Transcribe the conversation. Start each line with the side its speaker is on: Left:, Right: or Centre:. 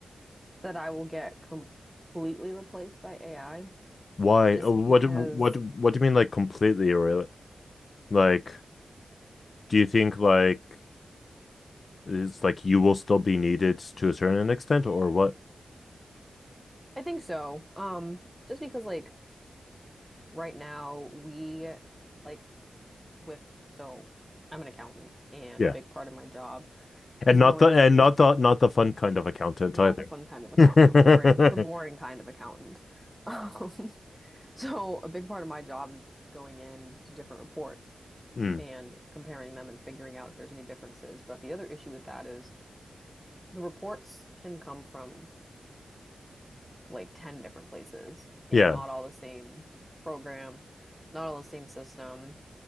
Centre: that I will get completely replaced by AI
Left: Why?
Centre: just
Left: Uh, What?
Centre: because
Left: What? What do you mean, like completely, or like, do you think like it's like you will still be needed to a certain extent, or what?
Centre: I think so. Um, just because like right now we like with so I'm an accountant and
Left: Yeah.
Centre: a big part of my job
Left: And
Centre: is
Left: not
Centre: going
Left: the and
Centre: in
Left: not the not the fun kind of accountant
Centre: not
Left: either.
Centre: the fun kind of accountant,
Left: <laughs>
Centre: the boring, the boring kind of accountant. <laughs> Um, so a big part of my job is going in to different reports.
Left: Mm,
Centre: and comparing them and figuring out if there's any differences. But the other issue with that is the reports can come from like 10 different places and
Left: yeah.
Centre: not all the same program, not all the same system.